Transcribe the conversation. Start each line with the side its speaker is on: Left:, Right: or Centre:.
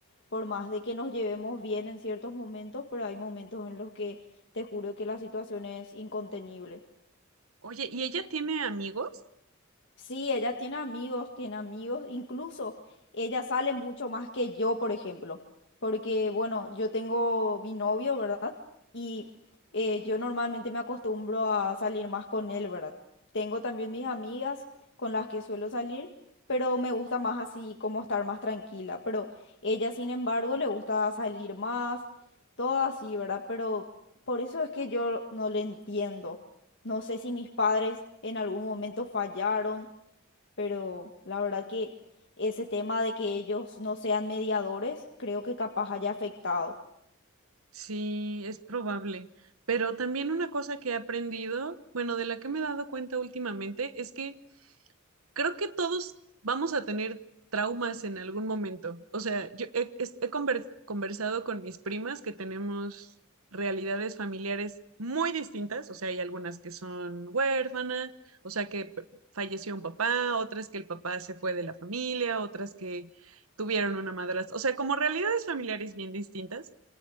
Left: por más de que nos llevemos bien en ciertos momentos, pero hay momentos en los que te juro que la situación es incontenible.
Right: Oye, ¿y ella tiene amigos?
Left: Sí, ella tiene amigos, tiene amigos, incluso ella sale mucho más que yo, por ejemplo, porque bueno, yo tengo mi novio, ¿verdad? Y eh, yo normalmente me acostumbro a salir más con él, ¿verdad? Tengo también mis amigas con las que suelo salir, pero me gusta más así como estar más tranquila, pero ella, sin embargo, le gusta salir más, todo así, ¿verdad? Pero por eso es que yo no le entiendo. No sé si mis padres en algún momento fallaron, pero la verdad que ese tema de que ellos no sean mediadores, creo que capaz haya afectado.
Right: Sí, es probable. Pero también una cosa que he aprendido, bueno, de la que me he dado cuenta últimamente, es que creo que todos vamos a tener traumas en algún momento. O sea, yo he, es- he conver- conversado con mis primas que tenemos realidades familiares muy distintas. O sea, hay algunas que son huérfanas, o sea, que p- falleció un papá, otras que el papá se fue de la familia, otras que tuvieron una madrastra. O sea, como realidades familiares bien distintas.